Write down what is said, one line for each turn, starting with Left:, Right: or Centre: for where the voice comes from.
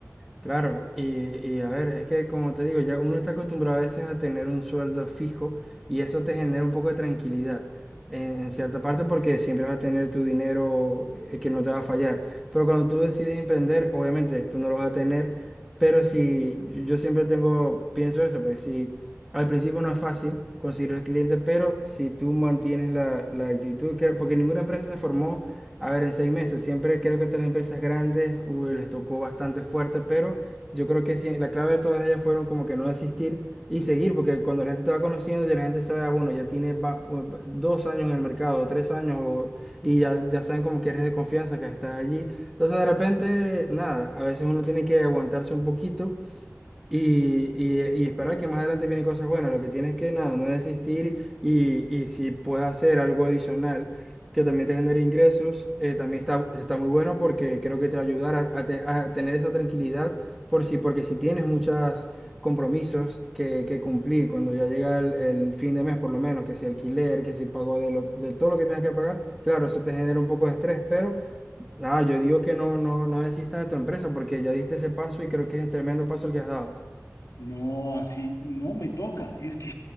Centre: Claro, y, y a ver, es que como te digo, ya uno está acostumbrado a veces a tener un sueldo fijo y eso te genera un poco de tranquilidad en, en cierta parte porque siempre vas a tener tu dinero eh, que no te va a fallar. Pero cuando tú decides emprender, obviamente esto no lo vas a tener, pero si yo siempre tengo, pienso eso, pues si al principio no es fácil conseguir los clientes, pero si tú mantienes la, la actitud, que, porque ninguna empresa se formó a ver, en seis meses, siempre creo que estas empresas grandes uy, les tocó bastante fuerte, pero yo creo que sí, la clave de todas ellas fueron como que no desistir y seguir, porque cuando la gente te va conociendo, ya la gente sabe, ah, bueno, ya tiene va- o- dos años en el mercado, tres años, o- y ya, ya saben como que eres de confianza, que estás allí. Entonces, de repente, nada, a veces uno tiene que aguantarse un poquito y, y, y esperar que más adelante vienen cosas buenas. Lo que tienes que nada, no desistir y, y si puedes hacer algo adicional que también te genere ingresos, eh, también está, está muy bueno porque creo que te va a ayudar a, a te- a tener esa tranquilidad por si, porque si tienes muchos compromisos que, que cumplir cuando ya llega el, el fin de mes, por lo menos, que si alquiler, que si pago de, lo- de todo lo que tengas que pagar, claro, eso te genera un poco de estrés, pero... Nada, yo digo que no, no, no desistas de tu empresa porque ya diste ese paso y creo que es un tremendo paso el que has dado.
Left: No, así no me toca. Es que